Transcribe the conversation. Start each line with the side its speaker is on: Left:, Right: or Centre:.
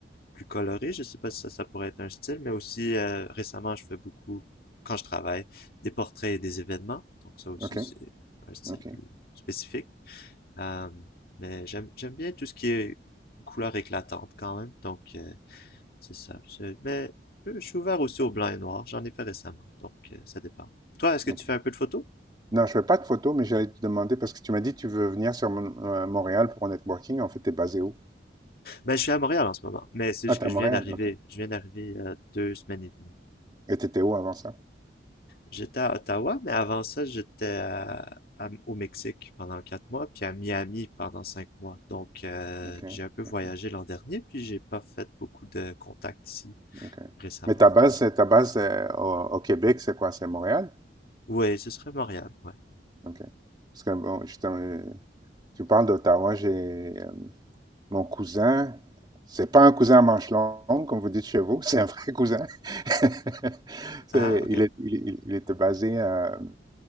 Left: plus coloré. Je sais pas si ça ça pourrait être un style, mais aussi euh, récemment je fais beaucoup quand je travaille des portraits et des événements. Donc ça aussi
Right: OK.
Left: c'est un style
Right: OK.
Left: plus spécifique. Euh, mais j'aime j'aime bien tout ce qui est couleur éclatante quand même. Donc, euh, c'est ça. Mais euh, je suis ouvert aussi au blanc et noir. J'en ai fait récemment. Donc, euh, ça dépend. Toi, est-ce que
Right: OK.
Left: tu fais un peu de photo?
Right: Non, je fais pas de photo, mais j'allais te demander parce que tu m'as dit que tu veux venir sur Mon- euh, Montréal pour un networking. En fait, tu es basé où?
Left: Ben, je suis à Montréal en ce moment. Mais c'est
Right: Ah,
Left: juste
Right: t'es
Left: que
Right: à
Left: je
Right: Montréal.
Left: viens d'arriver.
Right: OK.
Left: Je viens d'arriver euh, deux semaines et demie.
Right: Et t'étais où avant ça?
Left: J'étais à Ottawa, mais avant ça, j'étais à- à- au Mexique pendant quatre mois, puis à Miami pendant cinq mois. Donc, euh,
Right: OK.
Left: j'ai un peu voyagé
Right: OK.
Left: l'an dernier, puis j'ai pas fait beaucoup de contacts ici
Right: OK.
Left: récemment.
Right: Mais ta base,
Left: ouais
Right: c'est- ta base c'est au, au Québec, c'est quoi? C'est Montréal?
Left: Ouais, ce serait Montréal, ouais.
Right: OK. Parce que bon, justement, euh, tu parles d'Ottawa, j'ai euh, mon cousin, c'est pas un cousin à manche longue, comme vous dites chez vous, <laughs> c'est un vrai cousin. <laughs> C'est-
Left: Ah, ok.
Right: il, est- il- il il était basé à,